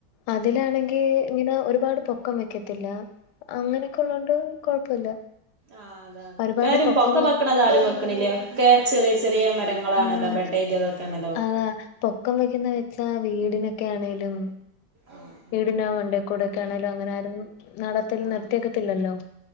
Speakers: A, on the left (about 70°); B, on the right (about 50°).
A: അതിലാണെങ്കി ഇങ്ങനെ ഒരുപാട് പൊക്കം വെക്കത്തില്ല. അങ്ങനെയൊക്കെ ഉള്ളോണ്ട് കൊഴപ്പല്ല.
B: ആഹ് അതാണ്
A: ഒരുപാട്
B: ഇപ്പാരും പൊക്കം
A: വെ
B: വെക്ക്ണത് ആരും വെക്കണില്ല ഒക്കെ ചെറിയ ചെറിയ മ രങ്ങാളാണല്ലോ
A: ആഹ്
B: ബഡ്ഡ്യ്തതോക്കെയാണല്ലോ വെക്ക്ന്നേ
A: അതാ പൊക്കം വെക്ക്ന്ന വെച്ചാ വീടിനൊക്കെ ആണെലും
B: ആഹ്
A: വീടിന്റെ മണ്ടേക്കൂടെക്കെ ആണെലും അങ്ങനെ ആരും നടത്തിൽ
B: ആഹ്
A: നിർത്തി വെക്കത്തില്ലല്ലോ.